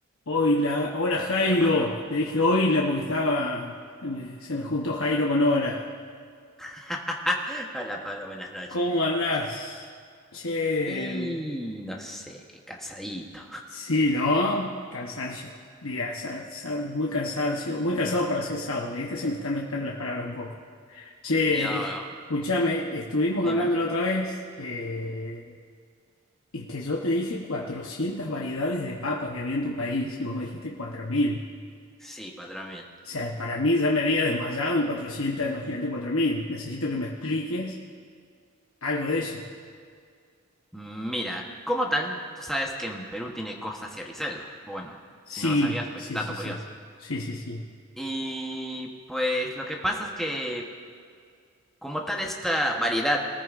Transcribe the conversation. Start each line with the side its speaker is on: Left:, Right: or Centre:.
Left: Oila, hola Jairo,
Centre: Hola Pablo,
Left: te dije oila porque estaba, se me, se me juntó Jairo con hola.
Centre: <laughs> Hola Pablo, buenas noches,
Left: ¿Cómo
Centre: buenas
Left: andás?
Centre: noches.
Left: Che,
Centre: y no sé, cansadito.
Left: sí, ¿no? Cansancio, día, sa- sa- muy cansancio, muy cansado para ser sábado, ¿viste? Se me están mezclando las palabras un poco. Che,
Centre: Yo,
Left: escúchame, estuvimos
Centre: dime,
Left: hablando la otra vez eh, y que yo te dije 400 variedades de papa que había en tu país y vos me dijiste 4000.
Centre: sí, cuatro mil.
Left: O sea, para mí ya me había desmayado en 400, imagínate 4000. Necesito que me expliques algo de eso.
Centre: Mira, como tal, tú sabes que en Perú tiene costa, sierra y selva. O bueno,
Left: Sí,
Centre: si no lo sabías, pues
Left: sí,
Centre: dato
Left: sí, sí.
Centre: curioso.
Left: Sí, sí, sí.
Centre: Y pues lo que pasa es que como tal esta variedad